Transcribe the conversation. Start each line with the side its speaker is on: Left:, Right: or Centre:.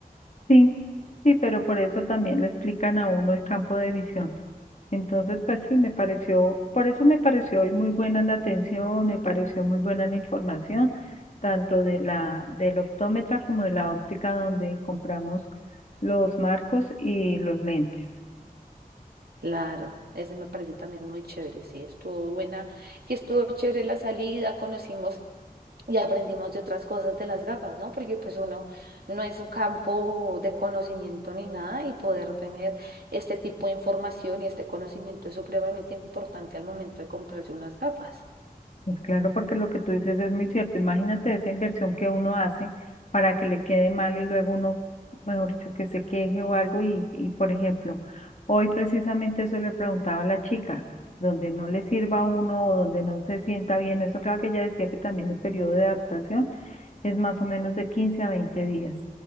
Left: Sí, sí, pero por eso también le explican a uno el campo de visión. Entonces, pues sí, me pareció, por eso me pareció hoy muy buena la atención, me pareció muy buena la información, tanto de la, del optómetra como de la óptica donde compramos los marcos y los lentes.
Right: Claro, ese me parece también muy chévere. Sí, estuvo buena. Y estuvo chévere la salida, conocimos y aprendimos de otras cosas de las gafas, ¿no? Porque pues uno no es un campo de conocimiento ni nada y poder tener este tipo de información y este conocimiento es supremamente importante al momento de comprarse unas gafas.
Left: Pues claro, porque lo que tú dices es muy cierto. Imagínate esa inversión que uno hace para que le quede mal y luego uno, mejor dicho, que se queje o algo. Y, y por ejemplo, hoy precisamente eso le preguntaba a la chica, donde no le sirva a uno o donde no se sienta bien. Eso claro que ella decía que también el periodo de adaptación es más o menos de 15 a 20 días.